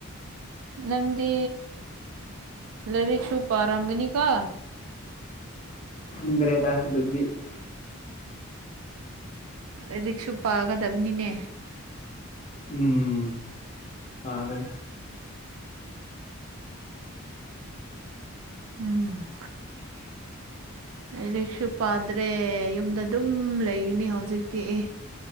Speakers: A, on the right; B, on the left.
A: ꯅꯪ ꯇꯤ ꯂꯩꯔꯤꯛꯁꯨ ꯄꯔꯝꯒꯅꯤ ꯀꯣ
B: ꯈꯪꯗ꯭ꯔꯦꯗ <unintelligible>
A: ꯂꯥꯏꯔꯤꯛꯁꯨ ꯄꯥꯒꯗꯕꯅꯤꯅꯦ
B: ꯎꯝ <unintelligible>
A: ꯎꯝ
B: <inaudible>
A: ꯑꯩꯗꯤꯛꯁꯨ ꯄꯥꯗ꯭ꯔꯦ ꯌꯨꯝꯗ ꯑꯗꯨꯝ ꯂꯩꯒꯅꯤ ꯍꯧꯖꯤꯛꯇꯤ ꯏ